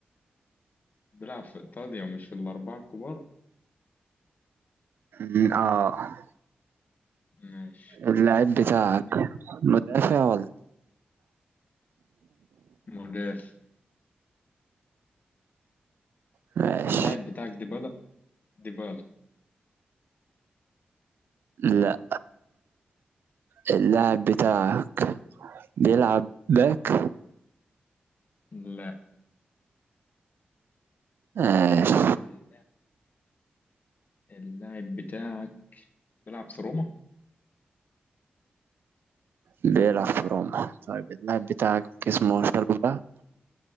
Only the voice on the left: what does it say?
بيلعب في إيطاليا ومش في الأربعة الكبار
ماشي
مدافع
اللاعب بتاعك ديبالا ديبالا
لا
ال- اللاعب بتاعك بيلعب في روما